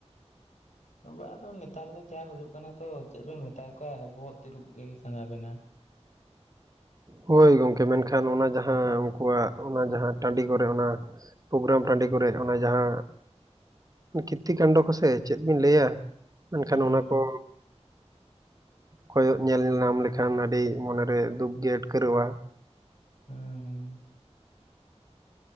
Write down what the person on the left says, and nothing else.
ᱵᱟᱝ ᱟᱫᱚ ᱱᱮᱛᱟᱨ ᱫᱚ ᱡᱟ ᱦᱩᱭᱩᱜ ᱠᱟᱱᱟ ᱛᱚ ᱪᱮᱫ ᱵᱮᱱ ᱢᱮᱛᱟ ᱠᱚᱣᱟ ᱵᱚᱦᱚᱜ ᱛᱤᱨᱩᱯ ᱜᱮ ᱥᱟᱱᱟ ᱵᱮᱱᱟ
ᱦᱮᱸ
ᱦᱩᱸ ᱦᱩᱸ